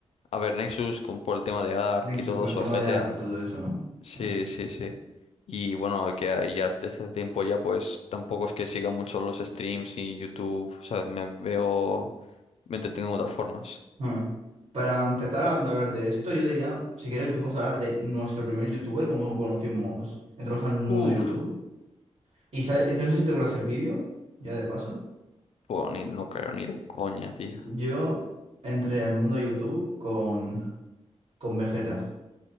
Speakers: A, on the left (about 65°); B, on the right (about 55°).
A: a ver Nexus con, por el tema de Ark
B: Nexus,
A: y todo
B: por
A: eso,
B: el tema
A: GTA.
B: de Ark y todo eso, ¿no?
A: Sí,
B: Ah,
A: sí, sí. Y bueno, que ahí ya desde hace tiempo ya pues tampoco es que siga mucho los streams y YouTube, o sea, me veo, me entretengo en otras formas.
B: ah. Para empezar a hablar de esto, yo diría, si quieres empezamos a hablar de nuestro primer youtuber, cómo conocimos, entramos al mundo
A: Uf,
B: YouTube. Y, sa- y no sé si te acuerdas el vídeo, ya de paso.
A: pues ni, no creo ni de coña, tío.
B: Yo entré al mundo YouTube con, con Vegeta.